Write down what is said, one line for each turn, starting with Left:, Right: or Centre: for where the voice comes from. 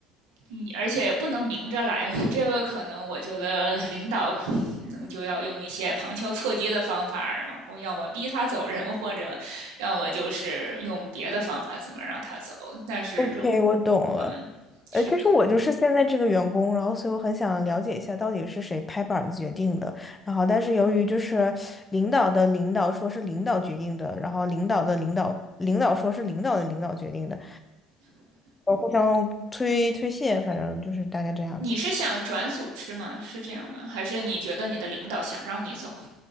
Right: 你而且不能明着来，这个可能我觉得领导可能就要用一些旁敲侧击的方法，然后要么逼他走人，或者要么就是用别的方法怎么让他走，但是这不，
Left: ？OK，我懂了。
Right: 对，
Left: 呃，
Right: 是的。
Left: 其实我就是现在这个员工，然后所以我很想了解一下到底是谁拍板子决定的。然后，但是由于就是领导的领导说是领导决定的，然后领导的领导领导说是领导的领导决定的，呃，互相推推卸，反正就是大概这样子。
Right: 你是想转组是吗？是这样吗？还是你觉得你的领导想让你走？